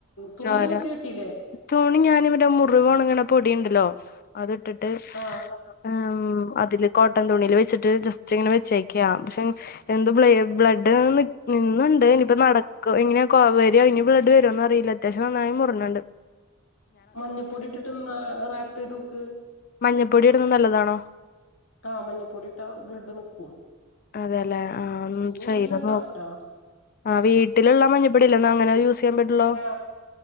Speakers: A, on the left; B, on the left.
A: തുണിയൊന്നും
B: ചോര
A: വെച്ച് കെട്ടില്ലേ
B: തുണി ഞാൻ മുറിവ് ഒണങ്ങണപൊടിയുണ്ടല്ലോ അതിട്ട്ട്ട്
A: ആഹ്
B: ഉം അതില കോ ട്ടൻ തുണിയില് വെച്ചിട്ട് ജസ്റ്റ് ഇങ്ങനെ വെച്ചേക്കാം പഷേ എന്ത് ബ്ല ബ്ലഡ് നിന്ന്ണ്ട് ഇനിപ്പ നടക്കും എങ്ങനെയാക്ക്‌ ആവേ ഇനി ബ്ലഡ് വരുവോന്ന് അറിയില്ല അത്യാവശ്യം നന്നായി മുറിഞ്ണ്ട്
A: മഞ്ഞപ്പൊടി ഇട്ടിട്ട്ന്ന് ന റാപ്പ് ചെയ്ത് ദോക്ക്
B: മഞ്ഞൾപ്പൊടി ഇട്ന്നത് നല്ലതാണോ
A: ആ മഞ്ഞപ്പൊടിട്ടാ ബ്ലഡ് നിക്കും
B: അതെലെ ആ
A: കുറച്ച്
B: ഒന്ന്
A: നീറ്റലുണ്ടാവൂട്ടോ
B: ചെയ്ത് നോക്കാം ആ വീട്ടില്ള്ള മഞ്ഞൾപ്പൊടില്ലാന്നാ അങ്ങനെ യൂസ് ചെയ്യാൻ പറ്റുള്ളൂ
A: ആ